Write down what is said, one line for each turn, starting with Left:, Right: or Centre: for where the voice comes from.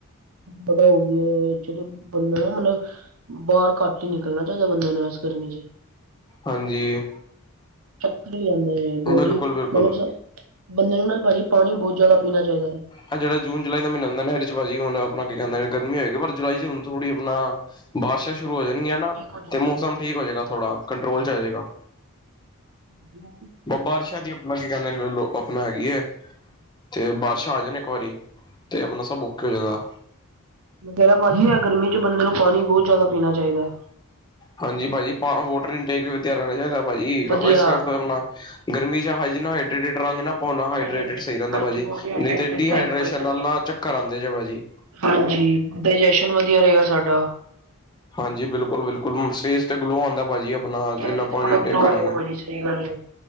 Right: ਬਤਓ ਜਦੋਂ ਬੰਦਾ ਨਾ ਮਤਲਬ ਬਾਹਰ ਘੱਟ ਹੀ ਨਿਕਲਣਾ ਚਾਹੀਦਾ ਬੰਦੇ ਨੂੰ ਇਸ ਗਰਮੀ 'ਚ।
Left: ਹਾਂਜੀ
Right: ਚੱਕਰ ਵੀ ਆਉਂਦੇ ਨੇ ਬੋਡੀ
Left: ਬਿਲਕੁਲ ਬਿਲਕੁਲ
Right: ਮਤਲਬ ਬੰਦੇ ਨੂੰ ਨਾ ਭਾਜੀ ਪਾਣੀ ਬਹੁਤ ਜ਼ਿਆਦਾ ਪੀਣਾ ਚਾਹੀਦਾ ਹੈ।
Left: ਹੈ ਜਿਹੜਾ ਜੂਨ ਜੁਲਾਈ ਦਾ ਮਹੀਨਾ ਹੁੰਦਾ ਐਦੇ 'ਚ ਭਾਜੀ ਹੁਣ ਆਪਣਾ ਕੀ ਕਹਿੰਦਾ ਗਰਮੀ ਹੋਗੀ ਪਰ ਜਲਾਈ ਹੁਣ ਥੋੜੀ ਆਪਣਾ ਬਾਰਿਸ਼ਾਂ ਸ਼ੁਰੂ ਹੋ ਜਾਣਗੀਆਂ ਨਾ
Right: ਠੀਕ ਹੋ ਜਾਏ
Left: ਤੇ ਮੌਸਮ ਠੀਕ ਹੋ ਜਾਏਗਾ, ਥੋੜ੍ਹਾ ਕੰਟਰੋਲ 'ਚ ਆ ਜਾਏਗਾ।
Right: ਵਧੀਆ
Left: ਬਾਰਿਸ਼ਾਂ ਦੀ ਆਪਣਾ ਕੀ ਕਹਿੰਦੇ ਲੋ ਆਪਣਾ ਹੈਗੀ ਏ ਤੇ ਬਾਰਿਸ਼ਾਂ ਆ ਜਾਣ ਇੱਕ ਵਾਰੀ। ਤੇ ਆਪਣਾ ਸਭ ਔਕੇੇ ਹੋ ਜਏਗਾ।
Right: ਮੈਂ ਕਹਿ ਰਿਹਾ ਭਾਜੀ ਆ ਗਰਮੀ 'ਚ ਬੰਦੇ ਨੂੰ ਪਾਣੀ ਬਹੁਤ ਜ਼ਿਆਦਾ ਪੀਣਾ ਚਾਹੀਦਾ।
Left: ਹਾਂਜੀ ਭਾਜੀ ਵੋਟਰ ਇਨ ਟੇਕ ਵਿਦਿਆਰ ਨਾਲ ਚਾਹੀਦਾ ਭਾਜੀ
Right: ਵਧੀਆ
Left: ਇਸ ਕਰਕੇ ਆਪਣਾ ਗਰਮੀ 'ਚ ਹਜੇ ਹਾਈਡਰੇਟ ਰੰਗ ਨਾ ਭਣਾ ਹਡਰੇਟਡ
Right: ਹਾਈਡਰੇਟਿਡ
Left: ਸਹੀ ਰਹਿੰਦਾ
Right: ਹਾਂਜੀ
Left: ਵਾ ਜੀ,
Right: ਬੋਡੀ ਹਾਈਡਰੇਟਿਡ
Left: ਨਹੀਂ ਤੇ ਡੀਹਾਈਡਰੇੇਸ਼ਨ
Right: ਰਹੇਗੀ ਭਾਜੀ ਸਾਡੀ।
Left: ਨਾਲ ਨਾ ਚੱਕਰ ਆਉਂਦੇ ਜ ਵਾ ਜੀ।
Right: ਹਾਂਜੀ, ਡਾਇਜੈਸ਼ਨ ਵਧੀਆ ਰਹੇਗਾ ਸਾਡਾ।
Left: ਹਾਂਜੀ ਬਿਲਕੁਲ, ਬਿਲਕੁਲ, ਫੇਸ ਤੇ ਗਲੋ ਆਂਦਾ ਭਾਜੀ। ਆਪਣਾ
Right: ਚਿਹਰੇ
Left: ਜਿੰਨਾ
Right: ਤੇ
Left: ਪਾਣੀ
Right: ਬੜਾ ਗਲੋ
Left: ਟੇਕ ਕਰਾਂਗੇ,
Right: ਆਏਗਾ ਭਾਜੀ ਸਹੀ ਗੱਲ ਏ।